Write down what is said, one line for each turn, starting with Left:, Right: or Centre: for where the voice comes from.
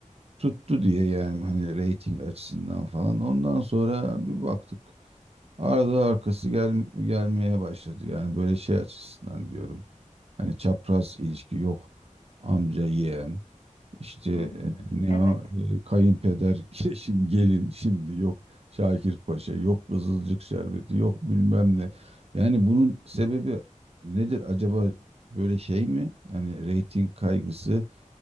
Right: Tuttu diye yani hani reyting açısından falan. Ondan sonra bir baktık. Arada arkası gel, gelmeye başladı. Yani böyle şey açısından diyorum. Hani çapraz ilişki yok. Amca yeğen. İşte e,
Left: Hı hı,
Right: ne
Left: Evet.
Right: o e, kayınpeder <laughs> şimdi gelin şimdi yok Şakir Paşa yok Kızılcık şerbeti yok bilmem ne. Yani bunun sebebi nedir acaba böyle şey mi? Hani reyting kaygısı